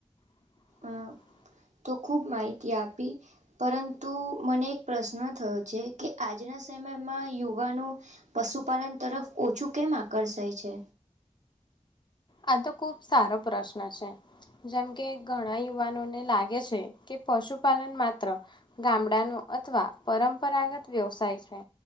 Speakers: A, on the left (about 40°); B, on the right (about 80°).
A: <inaudible>
B: અ તો ખુબ માહિતી આપી પરંતુ મને એક પ્રશ્ન થયો છે કે આજના સમયમાં યુવાનો પશુપાલન તરફ ઓછું કેમ આકર્ષાય છે
A: આ તો ખુબ સારો પ્રશ્ન છે જેમ કે ઘણા યુવાનોને લાગે છે કે પશુપાલન માત્ર ગામડાનો અથવા પરંપરાગત વ્યવસાય છે